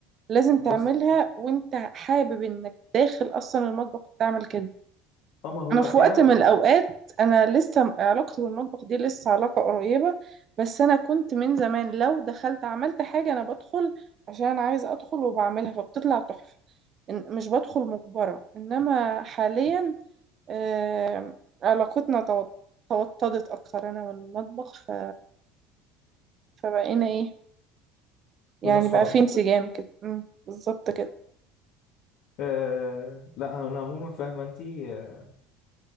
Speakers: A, on the right (about 45°); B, on the left (about 65°).
A: لازم
B: بص
A: تعملها وانت حابب انك داخل اصلا المطبخ وتعمل كده
B: هما هو
A: انا في
B: كده
A: وقت
B: و...
A: من الاوقات انا لسه علاقتي بالمطبخ دي لسه علاقة قريبة بس انا كنت من زمان لو دخلت عملت حاجة انا بدخل عشان انا عايزة ادخل وبعملها فبتطلع تحفة إن- مش بدخل مجبرة انما حاليا آم، علاقتنا تو- توطدت اكتر انا والمطبخ ف... فبقينا ايه يعني
B: بين اصحاب
A: بقى في انسجام كده مم، بالظبط كده
B: أه لا انا عموما فاهمه انت آه،